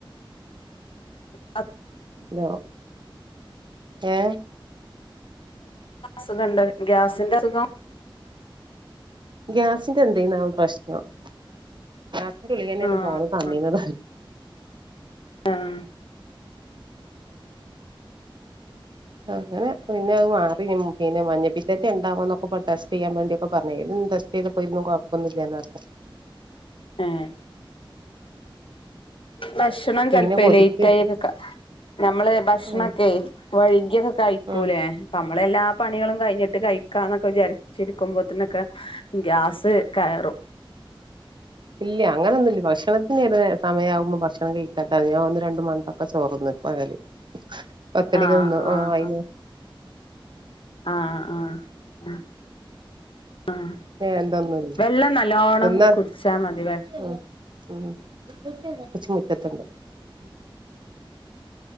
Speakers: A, on the left; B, on the right.
A: <unintelligible>
B: ഹലോ ഏ
A: സുഖണ്ടോ ഗ്യാസിന്റസുഖം
B: ഗ്യാസിന്റെ എന്തെന്നാവോ പ്രശ്നം <unintelligible>
A: ആഹ് ആഹ് ആഹ്
B: അങ്ങനെ പിന്നത് മാറി ഉം പിന്നെ മഞ്ഞപ്പിത്തേറ്റേണ്ടാവോ ന്നൊക്കെ പർഞ് ടെസ്റ്റ് ചെയ്യാൻ വേണ്ടി ഒക്കെ പർഞ് അയ്ലൊന്നും ടെസ്റ്റെയ്തപ്പൊ അയ്ലൊന്നും കൊഴ് പ്പൊന്നുല്ലാന്ന് പർഞ്
A: ഏഹ് ഭക്ഷണം ചെൽപ്പെ
B: പിന്നെ കൊതിക്ക്
A: ലെയ്റ്റായി ഒക്കെ ക നമ്മള് ഭക്ഷണൊക്കെ
B: ഉം
A: വഴ്കിയൊക്കെ കഴിക്കൂലേ
B: ഉം
A: നമ്മളെല്ലാ പണികളും കഴിഞ്ഞിട്ട് കഴിക്കാന്നൊക്കെ വിചാരിച്ചിരിക്കുമ്പോത്ത്നൊക്കെ ഗ്യാസ് കയറും
B: ഇല്ല അങ്ങനൊന്നുല്ല ഭക്ഷണത്തിന്ടെ സമയാവുമ്പോ ഭക്ഷണം കഴിക്കാത്താള് ഞാൻ ഒന്ന് രണ്ട് മണിക്കൊക്കെ ചോറ്ന്നും പകല് പത്ത്മണിക്ക്
A: ആഹ്
B: തിന്നും
A: ആഹ്
B: ആ അയ്ന്ന്
A: ആഹ് ആഹ് ആഹ് ആഹ്
B: എന്തൊന്നുല്ല
A: വെള്ളം നല്ലോണ്ണം
B: തിന്നാ
A: കുട്ച്ചാ മതി വെ
B: ഉം ഉം